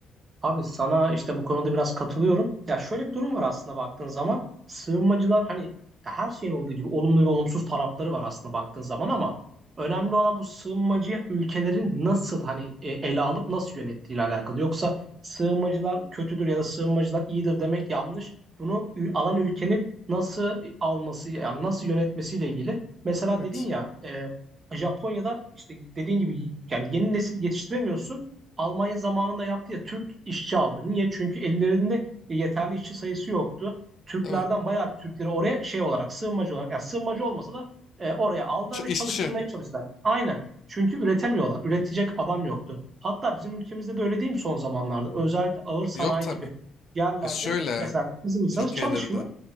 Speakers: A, on the right; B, on the left.
A: Abi sana işte bu konuda biraz katılıyorum. Ya şöyle bir durum var aslında baktığın zaman. Sığınmacılar hani ya her şeyin olduğu gibi olumlu ve olumsuz tarafları var aslında baktığın zaman ama önemli olan bu sığınmacıya ülkelerin nasıl hani e, ele alıp nasıl yönettiğiyle alakalı. Yoksa sığınmacılar kötüdür ya da sığınmacılar iyidir demek yanlış. Bunu ü- alan ülkenin nasıl e, alması yani nasıl yönetmesiyle ilgili. Mesela
B: Evet,
A: dedin ya e, Japonya'da işte dediğin gibi yani yeni nesil yetiştiremiyorsun. Almanya zamanında yaptı ya Türk işçi aldı. Niye? Çünkü ellerinde yeterli işçi sayısı yoktu. Türklerden
B: tabii.
A: bayağı bir Türkleri oraya şey olarak sığınmacı olarak ya sığınmacı olmasa da e, oraya aldılar
B: Ç-
A: ve
B: İşçi.
A: çalıştırmaya çalıştılar. Aynen. Çünkü üretemiyorlar. Üretecek adam yoktu. Hatta bizim ülkemizde de öyle değil mi son zamanlarda? Özellikle ağır sanayi
B: Yok tabii.
A: gibi yerlerde
B: Ya şöyle
A: mesela bizim insanımız
B: Türkiye'de
A: çalışmıyor.
B: bir de.